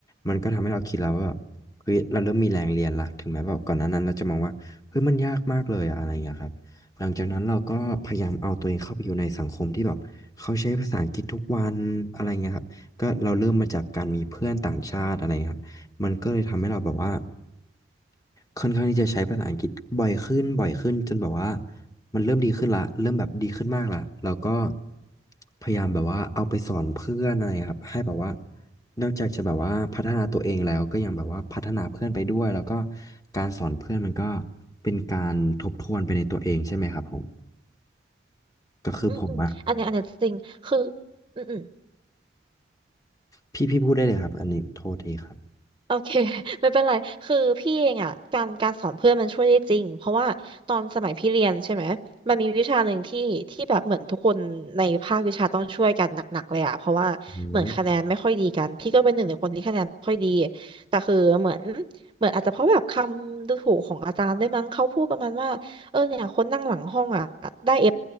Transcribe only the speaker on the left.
มันก็ทำให้เราคิดแล้วว่าแบบเฮ้ยเราเริ่มมีแรงเรียนละถึงแม้แบบก่อนหน้านั้นเราจะมองว่าเฮ้ยมันยากมากเลยอะอะไรอย่างเงี้ยครับ หลังจากนั้นเราก็พยายามเอาตัวเองเข้าไปอยู่ในสังคมที่แบบเขาใช้ภาษาอังกฤษทุกวันอะไรเงี้ยครับก็เราเริ่มมาจากการมีเพื่อนต่างชาติอะไรเงี้ยครับมันก็เลยทำให้เราแบบว่าค่อนข้างที่จะใช้ภาษาอังกฤษบ่อยขึ้นบ่อยขึ้นจนแบบว่ามันเริ่มดีขึ้นละเริ่มแบบดีขึ้นมากละแล้วก็พยายามแบบว่าเอาไปสอนเพื่อนอะไรครับให้แบบว่า นอกจากจะแบบว่าพัฒนาตัวเองแล้วก็ยังแบบว่าพัฒนาเพื่อนไปด้วยแล้วก็การสอนเพื่อนมันก็เป็นการทบทวนไปในตัวเองใช่ไหมครับผมก็คือผมอะ
พี่พี่พูดได้เลยครับอันนี้โทษทีครับ
อืม